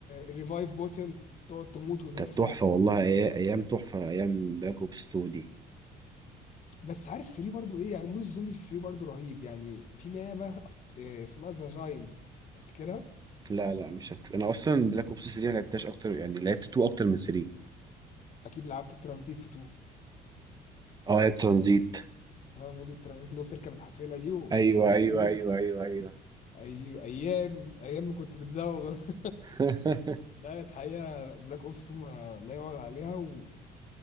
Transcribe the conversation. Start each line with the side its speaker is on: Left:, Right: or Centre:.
Left: الريفايف بوتل وتقعد تموت وتصحى
Right: كانت تحفة والله أي- أيام تحفة أيام بلاك أوبس 2 دي
Left: بس عارف 3 برضو ايه يعني مود الزومبي في 3 برضو رهيب يعني في مابة أفت... إيه اسمها ذا جاينت تفتكرها
Right: لا لا مش هفتكر أنا أصلا بلاك أوبس 3 ما لعبتهاش أكتر يعني لعبت 2 أكتر من 3
Left: اكيد لعبت الترانزيت في 2
Right: اه لعبت ترانزيت
Left: اه مود الترانزيت اللي هو بتركب الحافلة دي وبتروح
Right: أيوه
Left: بيه
Right: أيوه أيوه أيوه أيوه
Left: ايوه ايام ايام ما كنت بتزوغ <laughs>
Right: <laughs>
Left: لا الحقيقة بلاك أوبس 2 ما لا يعلى عليها وكانت